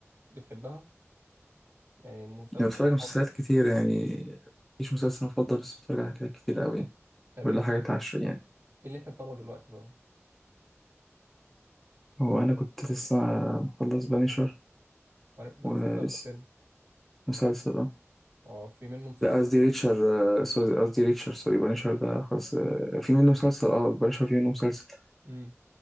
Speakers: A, on the right (about 60°); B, in the centre.
A: بتحبها يعني مسلسل
B: يعني بتفرج
A: مفضل
B: على مسلسلات كتير يعني مفيش مسلسل مفضل بس بتفرج على حاجات كتير قوي
A: طب
B: ولا
A: ايه اللي
B: حاجات
A: انت ايه
B: عشرية
A: اللي انت متابعه دلوقتي طبعا
B: هو انا كنت لسه مخلص بانيشر
A: هو ده
B: ولسه
A: مسلسل ولا فيلم
B: مسلسل اه
A: اه في منه مسلسل
B: لا قصدي
A: وفيلم
B: ريتشر آه، سوري قصدي ريتشر سوري بانيشر ده خلاص آه، في منه مسلسل اه بانيشر في منه مسلسل
A: امم